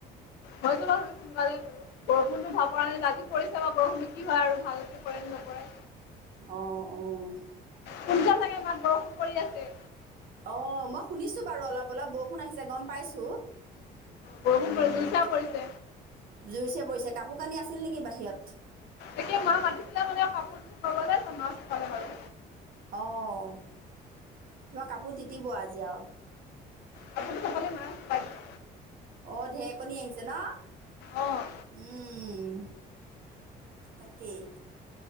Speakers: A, on the left (about 80°); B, on the right (about 60°).
A: হৈ যাব ৰুই সোনকালে বাৰু, বৰষুণটো ভাল পৰা নাই ৰাতি পৰিছে বাৰু বৰষুণটো কি হয় আৰু ভাল পৰেনে ন'পৰে
B: অঁ অঁ।
A: শুনিচা চাগে মাত বৰষুণ পৰি আছে।
B: অ' মই শুনিছো বাৰু অলপ অলপ ব ষুণ আহিছে গ'ম পাইছো,
A: বৰষুণ
B: উম।
A: পৰি জুই-চাই পৰিছে।
B: জোৰছে পৰিছে, কাপোৰ কানি আছিল নেকি বাহিৰত?
A: এতিয়া মা মাতিছিলে মানে কাপোৰ ছপাবলে ত' মা চপালে বাৰু।
B: অঁ তোমাৰ কাপোৰ তিতিব আজি আও
A: কাপোৰ চপালে মায়ে চপাই দিলে।
B: অ' ঢেৰেকণী আহিছে ন'?
A: অ',
B: উম তাকেই।